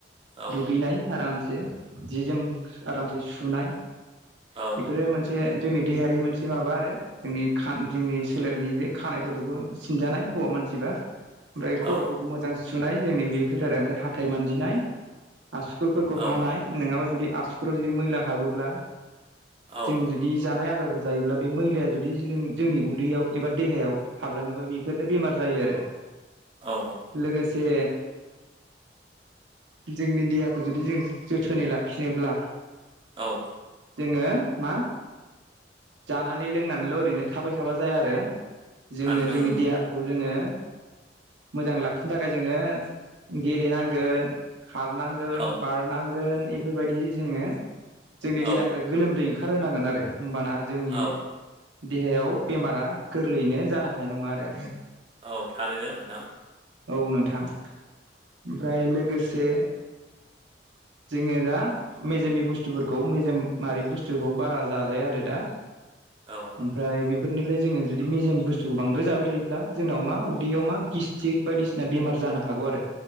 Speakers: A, on the right; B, on the right.
A: औ
B: दुगैनाय आरामसे जि जोम आरामसे सुनाय।
A: औ
B: बेफोरो मोनसे जोंनि देहायारि मोनसे माबा आरो जोंनि खान जोंनि सोलेरनि बे खानायफोरखौबो सिनजानाय हौवा मानसिबा ओमफ्राय
A: औ
B: खर'फोरखौ मोजां सुनाय जोंनि बेफोर आरो ओमफ्राय हाथाइ मानजिनाय आसुगुरफोरखौ
A: औ
B: हानाय नङाबा जुदि आसुगुराव जुदि मैला हाबोब्ला
A: औ
B: जों जुदि जानाय आदारखौ जायोब्ला बे मैलाया जुदि नों जोंनि उदैयाव एबा देहायाव हाबलाङोबा बेफोरनो बेमार जायो आरो।
A: औ।
B: लोगोसे जोंनि देहाखौ जुदि जों जोथोनै लाखिनोब्ला
A: औ।
B: जोङो मा जानानै लोंनानैल' ओरैनो थाबाय थाबा जाया आरो जोङो
A: थारैनो
B: जोंनि
A: नंगौ
B: देहाखौ जोङो मोजां लाखिनो थाखाय जोङो गेलेनांगोन। खारनांगोन
A: औ
B: बारनांगोन बेफोरबायदि जोङो जोंनि
A: औ
B: देहानिफ्राय गोलोमदै ओंखार होनांगोन आरो होमबाना जोंनि
A: औ
B: देहायाव बेमारा गोरलैयैनो जानो हानाय नङा आरो।
A: औ थारैनो नोंथां।
B: औ नोंथां ओमफ्राय लोगोसे जोङो दा मेजेमनि बुस्थुफोरखौ मेजेमारि बुस्थुखौ बारा जाजाया आरो दा।
A: औ।
B: ओमफ्राय बेफोरनिफ्राय जोङो जुदि मेजेम बुस्थुखौ बांद्राय जाबाय थायोब्ला जोंनाव मा उदैयाव मा गिस्त थिग बायदिसिना बेमार जानो हागौ आरो